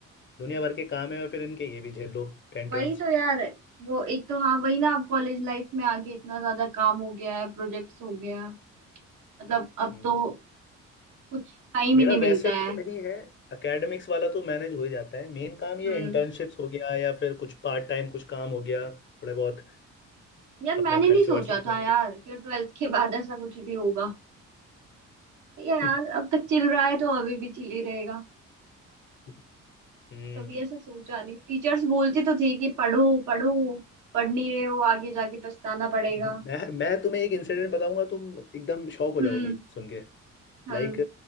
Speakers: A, on the left; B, on the right.
A: दुनिया भर के काम है और फिर इनके ये भी झेलो टेंट्रम्स
B: वही तो यार वो एक तो हाँ वही ना अब कॉलेज लाइफ में आके इतना ज्यादा काम हो गया है प्रोजेक्ट्स हो गया मतलब अब
A: हम्म,
B: तो कुछ टाइम
A: मेरा
B: ही नहीं मिलता
A: वैसे तो
B: है
A: नहीं है एकेडमिक्स वाला तो मैनेज हो ही जाता है मेन काम ये
B: हम्म
A: इंटर्नशिप्स हो गया या फिर कुछ पार्ट टाइम कुछ काम हो गया थोड़े बहुत
B: यार मैंने
A: अपना खर्च
B: नहीं सोचा
A: वर्च उठाने
B: था यार
A: के
B: कि ट्वेल्थ के बाद ऐसा कुछ भी होगा यार
A: लिए।
B: अब तक चिल रहा है तो अभी भी चिल ही रहेगा
A: <laughs> हम्म
B: कभी ऐसा सोचा नहीं टीचर्स बोलती तो थी कि पढ़ो पढ़ो पढ़ नहीं रहे हो आगे जाके पछताना पड़ेगा
A: मैं मैं तुम्हें एक इंसिडेंट बताऊंगा तुम एकदम शॉक हो
B: हम्म
A: जाओगी सुन के
B: हम्म
A: लाइक